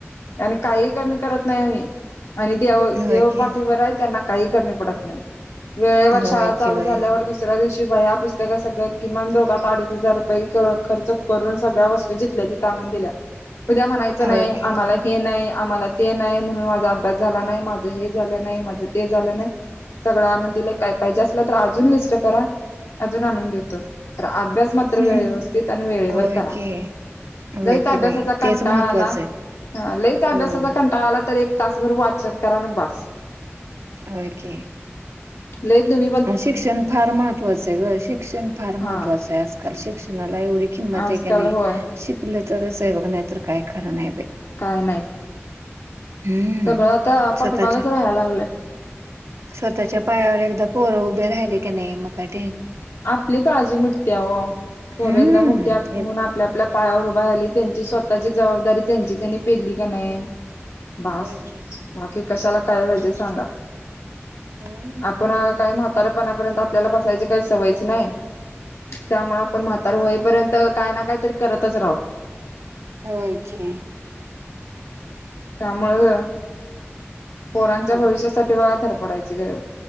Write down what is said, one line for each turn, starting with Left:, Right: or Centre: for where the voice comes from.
Left: आणि काहीही कमी करत नाही आम्ही आणि देव
Right: होय
Left: देव
Right: की
Left: पाठीवर आहे त्यांना‍ काही कमी पडत नाही वेळेवर
Right: होय
Left: शाळा चालू
Right: की बाई
Left: झाल्या दुसऱ्या दिवशी वह्या पुस्तकं सगळ किमान दोघात अडीच हजार रुपये खर्च करून सगळ्या वस्तू जिथल्या तिथं आणू णून दिल्या उद्या म्हणायच नाही
Right: होय की.
Left: आम्हाला हे. नाही आम्हाला ते नाही म्हणून माझा अभ्यास झाला नाही माझं हे झालं नाही माझं ते झालं नाही. सगळं आणून दिले काय पाहिजे असलं तर अजून लिस्ट करा अजून आणून देतो. अभ्यास मात्र
Right: हम्म
Left: वेळे व्यवस्थित आणि वेळेवर
Right: होय
Left: करा.
Right: की होय
Left: लईचं
Right: की
Left: अभ्यासाचा
Right: बाई
Left: कंटाळा
Right: तेच महत्त्वाचं
Left: आला.
Right: आहे.
Left: ह लईच अभ्यासाचा
Right: हम्म
Left: कंटाळळाला तर एक तासभर वाचन करा न बास.
Right: होय कि
Left: लई तूम्ही
Right: शिक्षण फार महत्त्वाचं आहे गं शिक्षण फार महत्त्वाचं
Left: हा
Right: आहे आजकाल शिक्षणाला एवढी किंमत
Left: आजकाल
Right: आहे. हे कणी
Left: होय
Right: शिकल तरच आहे बघ नाहीतर काय खरं नाही.
Left: काय नाही.
Right: हम्म
Left: सगळं आता पाठीमागच
Right: स्वतःच्या
Left: राहायला लागलंय.
Right: स्वतःच्या पायावर एकदा पोरं उभी राहिली की नाही मग काय टेश
Left: आपली काळजी मिटती या हो पोर
Right: हम्म
Left: एकदा मोठी हुवून
Right: एक
Left: आपल्या आपल्या पायावर उभा झाली त्यांची स्वतःची जबाबदारी त्यांची त्यांनी पेलली का नाही. बास
Right: होय की
Left: बाकी कशाला काय
Right: होय
Left: पाहिजे
Right: की
Left: सांगा.
Right: हम्म
Left: आपण काय म्हातारं म्हातार पाणापर्यंत आपल्याला बसायची काही सवयच नाही त्यामुळे आपण म्हातार होईपर्यंत काय ना काही तरी करतच राव.
Right: होय कि
Left: त्यामुळ
Right: हम्म
Left: पोरांच्या भविष्यासाठी बघा धडपडायची गर